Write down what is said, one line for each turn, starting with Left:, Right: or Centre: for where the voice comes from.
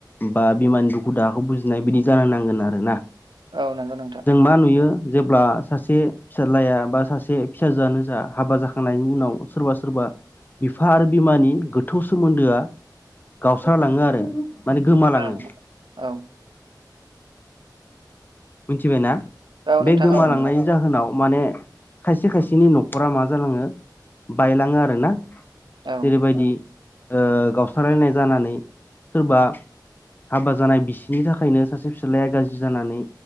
Left: बा बिमानि दुखु दाहाखौ बुजिनाय बिदि जानो नांगोन आरो ना।
Right: औ नंगौ नोंथां
Left: जों मा नुयो जेब्ला सासे फिसाज्लाया बा सासे फिसाजोआनो जा हाबा जाखांनायनि उनाव सोरबा सोरबा बिफा आरो बिमानि गोथौ सोमोन्दोआ गावस्रालाङो आरो। माने गोमालाङो
Right: औ औ।
Left: मिथिबायना
Right: औ नोंथां
Left: बे गोमालांनायनि
Right: औ नंगौ
Left: जाहोनाव माने खायसे खायसेनि न'खरा मा जालाङो बायलाङो आरो ना।
Right: औ
Left: जेरैबायदि ओ गावस्रालायनाय जानानै सोरबा हाबा जानाय बिसिनि थाखायनो सासे फिसाज्लाया गाज्रि जानानै